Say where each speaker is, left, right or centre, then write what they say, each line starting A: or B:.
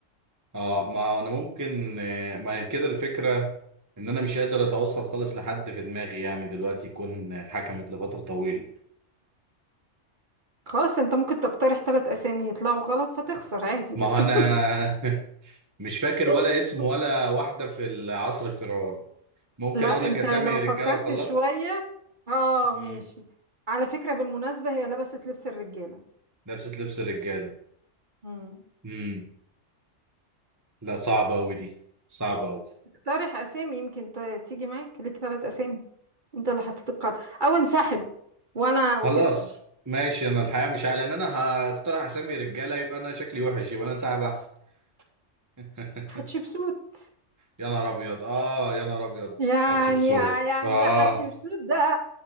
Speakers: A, on the right; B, on the right.
A: اه ما هو انا ممكن آه، ما هي كده الفكرة ان انا مش قادر اتوصل خالص لحد في دماغي يعني دلوقتي يكون حكمت لفترة طويلة
B: خلاص انت ممكن تقترح ثلاث أسامي يطلعوا غلط فتخسر عادي
A: ما
B: جدا
A: هو انا <laughs> مش فاكر
B: <laughs>
A: ولا اسم ولا واحدة في العصر الفرعوني ممكن
B: لا
A: اقول لك
B: انت
A: اسامي
B: لو
A: رجالة
B: فكرت
A: وخلاص
B: شوية اه
A: مم.
B: ماشي على فكرة بالمناسبة هي لبست لبس الرجالة
A: نفس لبس الرجاله
B: مم.
A: امم لا صعبه قوي دي صعبه قوي
B: اقترح أسامي يمكن ت- تيجي معاك ليك ثلاث أسامي انت اللي حطيت القاعدة او انسحب وانا وتخسر
A: خلاص ماشي انا الحقيقه مش عارف لان انا هقترح اسمي رجاله يبقى انا شكلي وحش يبقى انا انسحب احسن <laughs>
B: حتشبسوت
A: يا نهار ابيض اه يا نهار ابيض
B: يعني
A: هتشبسوت
B: يعني
A: اه
B: حتشبسوت ده